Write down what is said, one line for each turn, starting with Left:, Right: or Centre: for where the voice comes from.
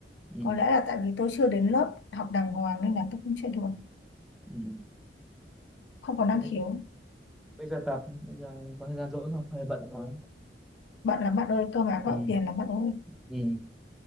Centre: Ừ.
Left: có lẽ là tại vì tôi chưa đến lớp học đàng hoàng nên là tôi cũng chưa được
Centre: Ừ.
Left: không có năng
Centre: Thế
Left: khiếu
Centre: bây giờ tập bây giờ có thời gian rỗi không? Hay bận quá?
Left: bận lắm bạn ơi cơ mà
Centre: Ừ.
Left: gạo tiền lắm bạn ơi
Centre: Ừ.